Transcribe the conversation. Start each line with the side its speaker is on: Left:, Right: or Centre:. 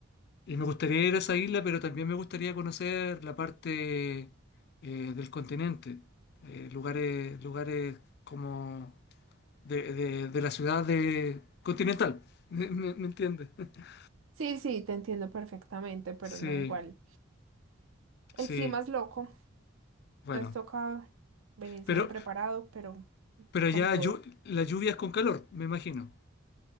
Left: y me gustaría ir a esa isla, pero también me gustaría conocer la parte eh, del continente, eh, lugares, lugares como de, de- de la ciudad de continental, <laughs> ¿me, me- me entiendes? <laughs>
Right: Sí, sí, te entiendo perfectamente, pero
Left: Sí,
Right: no igual. El
Left: sí,
Right: clima es loco,
Left: bueno.
Right: entonces toca venirse
Left: Pero,
Right: bien preparado, pero
Left: pero
Right: con
Left: ya
Right: todo.
Left: llu- la lluvia es con calor, me imagino.